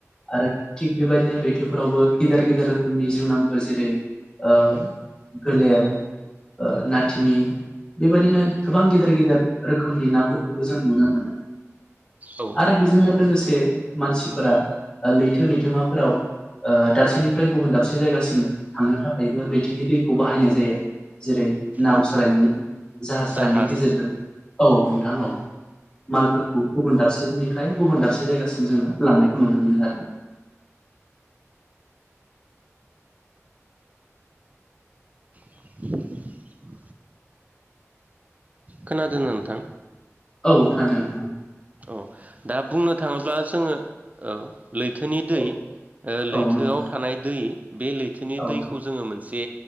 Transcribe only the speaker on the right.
औ
औ
जाहाज
<inaudible> खोनादोंना नोंथां?
औ दा बुंनो थाङोब्ला जोङो औ। लैथोनि दै
लैथोआव
थानाय दै बे लैथोनि
दैखौ जोङो मोनसे